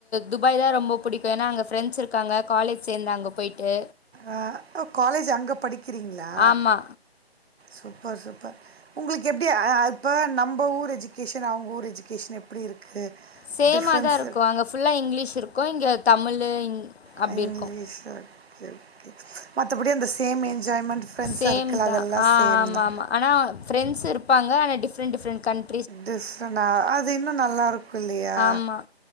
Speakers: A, on the left (about 75°); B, on the right (about 70°).
A: துபாய் தா ரொம்ப பிடிக்கு ஏன்னா அங்க ஃப்ரெண்ட்ஸ் இருக் இருக்காங்க காலேஜ் சேர்ந்தே அங்க போய்ட்டு
B: அ ஓகாலேஜ் அங்க படிக்கிறீங்களா
A: ஆமா
B: சூப்பர் சூப்பர் உங்களுக்கு எப்டி ஆ இப்போ நம்ப ஊர் எஜுகேஷன் அவங்க ஊர் எஜுகேஷன் எப்பிடி இருக்கு
A: சேமாதா
B: டிஃப்ரென்ஸ்
A: இருக்கு அங்க ஃபுல்லா இங்கிலீஷ் இருக்கு இங்க தமிழு இங் அப்டி
B: அ இங்கிலீஷு
A: இருக்கும்
B: ஓகே ஓகே மத்தபடி அந்த same enjoyment friend
A: same
B: circle
A: தான்
B: அதெல்லா
A: ஆ
B: சேம்தா
A: ஆமா ஆமா ஆனா ஃப்ரெண்ட்ஸ் இருப்பாங்க ஆனா டிஃப்ரெண்ட் டிஃப்ரெண்ட் கண்ட்
B: டிஃப்ரெண்டா அது இன்னு நல்லா இருக்கு இல்லையா
A: ஆமா